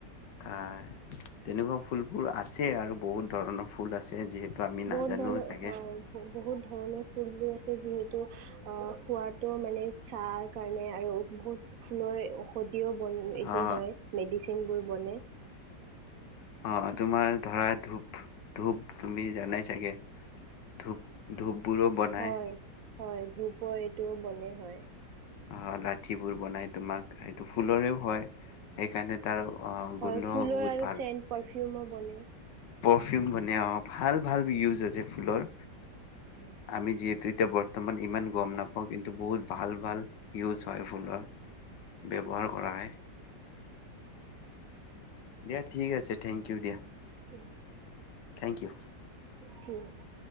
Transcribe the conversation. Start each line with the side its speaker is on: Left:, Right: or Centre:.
Left: আহ তেনেকুৱা ফুলবোৰ আছে আৰু বহুত ধৰণৰ ফুল আছে যিহেতু আমি
Right: বহুত
Left: নাজানো
Right: ধৰণৰ
Left: চাগে
Right: হয় বহুত ধৰণৰ ফুলবোৰ আছে যিহেতু অ' খোৱাটো মানে চাহ কাৰণে আৰু বহুত ফুলৰে ঔষধ বন
Left: অ
Right: এইটো হয়, মেডিচিন বোৰ বনে
Left: অ তোমাৰ ধৰা ধূপ, ধূপ তুমি জানাই চাগে ধূপ, ধূপ বোৰো বনায়।
Right: হয় হয় ধুপৰ এইটোও বনে হয়।
Left: অ লাঠিবোৰ বনাই তোমাক সেইটো ফুলৰেও হয় সেইকাৰণে তাৰ আহ
Right: হয়,
Left: গোন্ধ
Right: ফুলৰ
Left: বহুত
Right: আৰু
Left: ভাল
Right: চেণ্ প ফিউমো বনে।
Left: পাৰফিউম মানে অৱ ভাল ভাল ইউজ ফুলৰ
Right: হয়
Left: আমি যিহেতু এতিয়া বৰ্তমান ইমান গম নাপাওঁ কিন্তু বহুত ভাল ভাল ইউজ হয় ফুলৰ ব্যৱহাৰ
Right: হয়
Left: কৰা হে দিয়া ঠিক আছে। থেংক ইউ দিয়া।
Right: Um,
Left: thank you.
Right: ঠিক আছে?